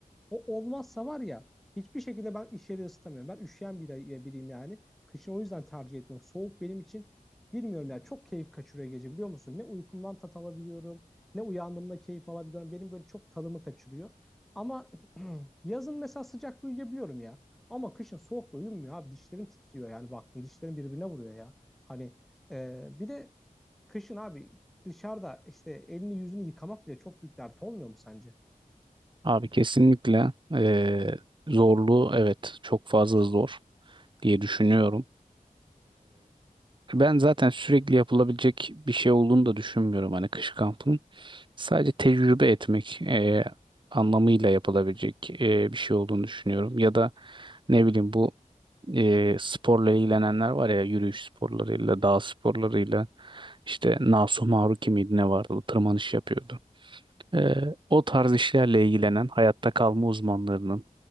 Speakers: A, in the centre; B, on the right.
A: o olmazsa var ya hiçbir şekilde ben iş yeri ısıtamıyorum. Ben üşüyen biri, biriyim yani. kışın o yüzden tercih etmiyorum. Soğuk benim için bilmiyorum yani çok keyif kaçırıyor gece biliyor musun? Ne uykumdan tat alabiliyorum ne uyandığımda keyif alabiliyorum. Benim böyle çok tadımı kaçırıyor. Ama <clears throat> yazın mesela sıcakta uyuyabiliyorum ya. Ama kışın soğukta uyumuyor abi. Dişlerim titriyor yani baktın dişlerim birbirine vuruyor ya. Hani e, bir de kışın abi dışarıda işte elini yüzünü yıkamak bile çok büyük dert olmuyor mu sence?
B: Abi kesinlikle eee zorluğu evet çok fazla zor diye düşünüyorum. Ben zaten sürekli yapılabilecek bir şey olduğunu da düşünmüyorum hani kış kampının. Sadece tecrübe etmek e, anlamıyla yapılabilecek e, bir şey olduğunu düşünüyorum. Ya da ne bileyim bu e, sporla ilgilenenler var ya yürüyüş sporlarıyla, dağ sporlarıyla işte Nasu Maruki miydi ne vardı bu tırmanış yapıyordu. Ee, o tarz işlerle ilgilenen hayatta kalma uzmanlarının